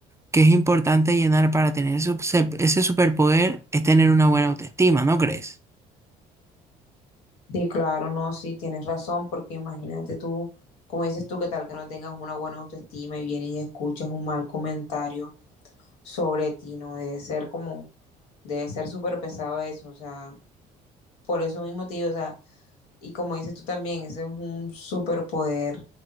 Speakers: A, on the right; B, on the left.
A: que es importante llenar para tener ese, ese superpoder es tener una buena autoestima, ¿no crees?
B: Sí, claro, no, sí, tienes razón, porque imagínate tú, como dices tú, que tal que no tengas una buena autoestima y vienes y escuchas un mal comentario sobre ti, no debe ser como, debe ser súper pesado eso, o sea, por eso mismo te digo, o sea, Y como dices tú también, ese es un superpoder,